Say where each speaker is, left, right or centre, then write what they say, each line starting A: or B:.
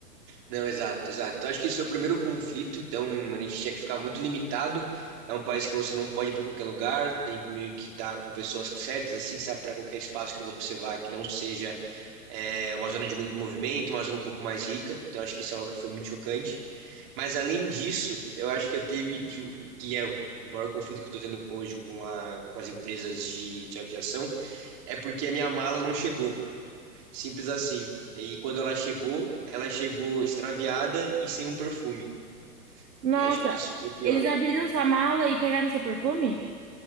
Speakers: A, on the right (about 35°); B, on the right (about 80°).
A: Não, exato, exato. Então, acho que esse foi o primeiro conflito, então a gente tinha que ficar muito limitado. É um país que você não pode ir para qualquer lugar, tem meio que estar com pessoas certas, assim, sabe, para qualquer espaço que você vá, que não seja é, uma zona de muito movimento, uma zona um pouco mais rica. Então, acho que isso é algo que foi muito chocante. Mas, além disso, eu acho que eu teve, tive- que é o maior conflito que eu estou tendo com- hoje com, a, com as empresas de, de aviação, é porque a minha mala não chegou. Simples assim. E quando ela chegou, ela chegou extraviada e sem um perfume.
B: Nossa,
A: E acho que isso foi o pior.
B: eles abriram sua mala e pegaram seu perfume?